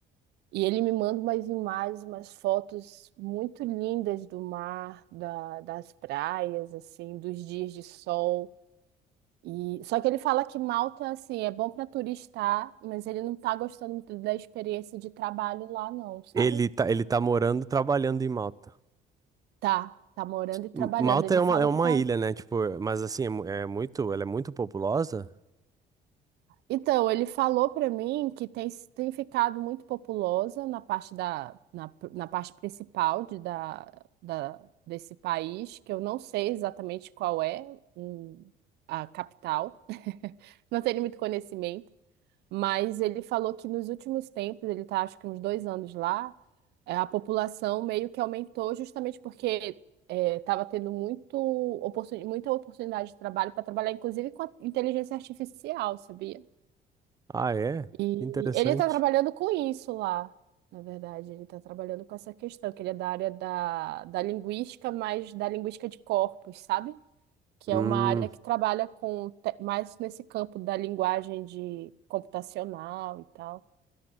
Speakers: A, on the right; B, on the right.
A: E ele me manda umas imagens, umas fotos muito lindas do mar, da- das praias, assim, dos dias de sol. E só que ele fala que Malta assim é bom para turistar, mas ele não tá gostando muito da experiência de trabalho lá não, sabe?
B: Ele tá, ele tá morando, trabalhando em Malta.
A: Tá, tá morando e trabalhando.
B: M- Malta
A: Ele
B: é uma,
A: fala
B: é uma
A: por causa...
B: ilha, né? Tipo, mas assim, é, mu- é muito, ela é muito populosa.
A: Então, ele falou para mim que tem, tem ficado muito populosa na parte da na, na parte principal de, da, da desse país, que eu não sei exatamente qual é hum, a capital. <laughs> Não tenho muito conhecimento. Mas ele falou que nos últimos tempos, ele tá acho que uns dois anos lá, é, a população meio que aumentou justamente porque estava tendo muito oportuni- muita oportunidade de trabalho para trabalhar, inclusive com a inteligência artificial, sabia?
B: Ah, é?
A: E
B: Que Interessante.
A: ele está trabalhando com isso lá, na verdade. Ele está trabalhando com essa questão, que ele é da área da, da linguística, mas da linguística de corpos, sabe? Que
B: Hum,
A: é uma área que trabalha com te- mais nesse campo da linguagem de computacional e tal.